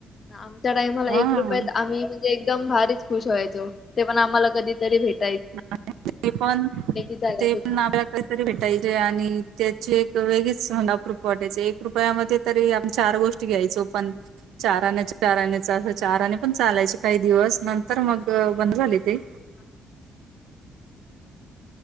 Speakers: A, on the left (about 45°); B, on the right (about 80°).
A: आम च्या टायमाला एक
B: हा
A: रुपयात आम्ही म्हणजे एकदम भारीच खुश व्हायचो ते पण आम्हा कधीतरी भेट
B: <unintelligible> ते पण
A: चला
B: ते
A: दुकानावर
B: पण आपल्याला कधीतरी भेटायचे आणि त्याची एक वेगळीच आप्रूफ वाटायची एक रुपयामध्ये तरी आम्ही चार गोष्टी घ्यायचो पण चार आणे, चार आणे चार आणे पण चालायचे काही दिवस नंतर मग बंद झाले ते
A: हा.